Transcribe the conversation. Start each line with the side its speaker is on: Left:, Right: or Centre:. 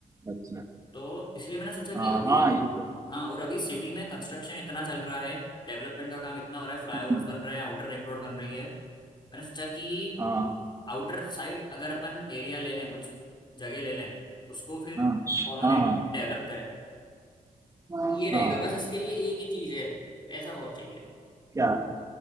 Right: अच्छा
Left: तो इसलिए मैंने सोचा कि
Right: हाँ
Left: अभी
Right: हाँ
Left: इत-
Right: ये तो
Left: हाँ और अभी सिटी में कंस्ट्रक्शन इतना चल रहा है डेवलपमेंट का काम इतना हो रहा है फ्लाईओवर्स
Right: हम्म
Left: बन रहे हैं आउटर रिंग रोड बन रही है मैंने सोचा कि
Right: हाँ
Left: आउटर साइड अगर अपन एरिया ले लें कुछ जगह ले लें उसको फिर
Right: हाँ
Left: कॉलोनी
Right: हाँ
Left: डेवलप करें
Right: हाँ
Left: ये रहेगा
Right: हाँ
Left: बस इसके लिए एक ही चीज है पैसा बहुत चाहिए
Right: क्या